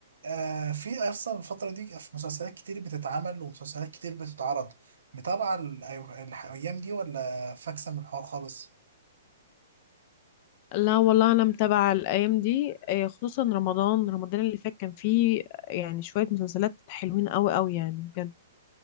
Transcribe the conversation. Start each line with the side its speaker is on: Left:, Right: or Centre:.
Right: آه في اصلا الفتره دي في مسلسلات كتير بتتعمل ومسلسلات كتير بتتعرض متابعه ال- أي- الايام دي ولا فاكسه من الحوار خالص
Left: لا والله انا متابعه الايام دي آه، خصوصا رمضان رمضان اللي فات كان فيه يعني شويه مسلسلات حلوين قوي قوي يعني بجد